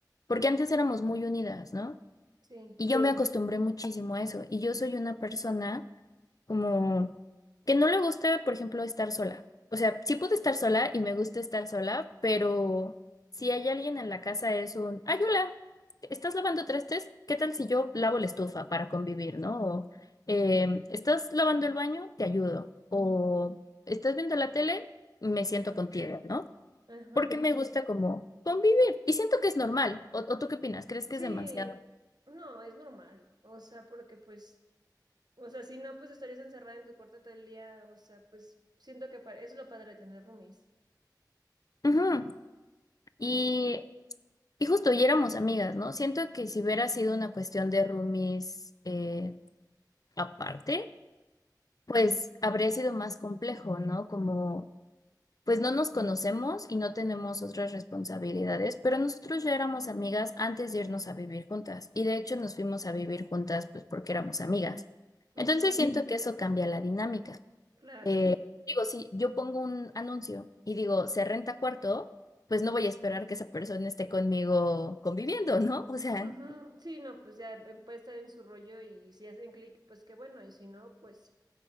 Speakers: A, on the left; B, on the right.
A: porque antes éramos muy unidas, ¿no?
B: sí,
A: Y yo me Sí. acostumbré muchísimo a eso. Y yo soy una persona como que no le gusta, por ejemplo, estar sola. O sea, sí puedo estar sola y me gusta estar sola, pero si hay alguien en la casa es un, ay, hola, ¿estás lavando trastes? ¿Qué tal si yo lavo la estufa para convivir, ¿no? O em, ¿estás lavando el baño? Te ayudo. O ¿estás viendo la tele? Me siento contigo, ¿no?
B: ajá.
A: Porque me gusta como convivir. Y siento que es normal. ¿O, o tú qué opinas? ¿Crees
B: Sí,
A: que es demasiado?
B: no, es normal. O sea, porque pues, o sea, si no, pues estarías encerrada en tu cuarto todo el día. O sea, pues siento que pa- eso es lo padre de tener roomies.
A: Ujú. Y Y justo, y éramos amigas, ¿no? Siento que si hubiera sido una cuestión de roomies eh, aparte, pues habría sido más complejo, ¿no? Como, pues no nos conocemos y no tenemos otras responsabilidades, pero nosotros ya éramos amigas antes de irnos a vivir juntas. Y de hecho nos fuimos a vivir juntas, pues porque éramos amigas.
B: Ujú,
A: Entonces
B: ujú,
A: siento que eso cambia la dinámica.
B: claro.
A: Eh, digo, si yo pongo un anuncio y digo, se renta cuarto, pues no voy a esperar que esa persona esté conmigo conviviendo, ¿no? O sea.
B: Ujú, Sí, no, pues ya eh, puede estar en su rollo y si hacen clic, pues qué bueno. Y si no, pues,